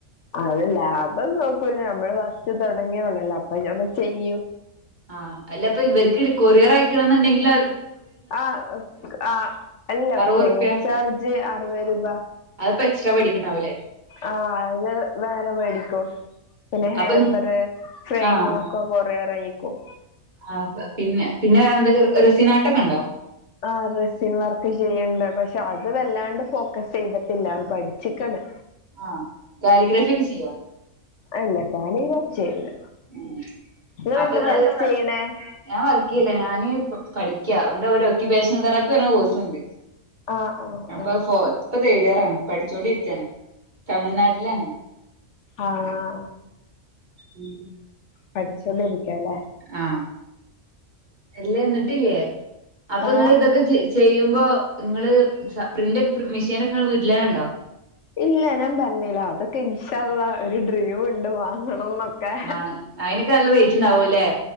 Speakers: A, on the left; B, on the right.
A: അത് ലാഭം നോക്കൂല നമ്മള് ഫസ്റ്റ് തൊടങ്ങിയോള്ളല്ലോ അപ്പം ഞമ്മ ചെയ്യു.
B: ആഹ്‌ അല്ല അപ്പൊ ഇവർക്കിത് കൊറിയർ അയക്കണംന്ന് ഇണ്ടെങ്കില്
A: ആഹ്‌ ആഹ്‌ അല്ല
B: അറുപത്
A: കൊറിയർ
B: റുപ്യ
A: ചാർജ് അറുപത് രൂപ.
B: അതിപ്പോ എക്സ്ട്രാ മേടിക്കണാവൂലേ
A: ആഹ് അത് ഞാൻ വേറെ മേടിക്കും. പിന്നെ ഹേമ്പർ
B: അപ്പൊ
A: ഫ്രെയിമ്
B: ആഹ്
A: ഒക്കെ കൊറിയറയക്കും.
B: ആഹ് പിന്നെ പിന്നെ വേറെന്തൊക്കെ റെസിൻ ആർട്ടൊക്കെണ്ടോ?
A: ആഹ് റെസിൻ വർക്ക് ചെയ്യ്ണ്ട്. പക്ഷെ അത് വല്ലാണ്ട് ഫോക്കസ് ചെയ്തിട്ടില്ല അത് പഠിച്ചിക്ണ്.
B: ആഹ്‌ കാലിഗ്രാഫി ഒക്കെ ചെയ്യോ?
A: ഇല്ല കാലിഗ്രാഫി ചെയ്യൂല.
B: ഏഹ്
A: നിങ്ങളെന്താ
B: അപ്പൊ ഇങ്ങള്
A: വർക്ക് ചെയ്യണേ
B: ഞാൻ വർക്ക് ചെയ്യല്ല ഞാന് പഠിക്ക്യാ എന്താ ഒരു ഒക്യുപ്പേഷണൽ തെറാപ്പി പറഞ്ഞൊര് കോഴ്സ്സ്ണ്ട്.
A: ആഹ് ആഹ്
B: അപ്പത് ഫോ ഇപ്പ തേർഡ് ഇയറാണ് പഠിച്ചോണ്ടിരിക്ക്യാണ് തമിഴ്നാട്ടിലാണ്.
A: ആഹ്‌.
B: ഉം.
A: പഠിച്ചോണ്ട് ഇരിക്ക്യാ ല്ലേ.
B: ആഹ് അല്ലേ ഇന്നട്ടില്ലേ അപ്പൊ
A: ആഹ്
B: ഇങ്ങള് ഇതൊക്കെ ചെ ചെയ്യുമ്പോ നിങ്ങള് സ പ്രിൻ്റൊക്കെ പ്ര് മെഷീനൊക്കെ ഇങ്ങളെ വീട്ടിലെന്നെണ്ടോ?
A: ഇല്ല ഞാൻ പറ്ഞ്ഞീലാ അതൊക്കെ ഇൻ ഷാ അള്ളാഹ് ഒരു ഡ്രീമ് ണ്ട് വാങ്ങണംന്നൊക്കെ.
B: ആഹ് അയിനൊക്കെ നല്ല റേറ്റ് ഉണ്ടാവൂല്ലേ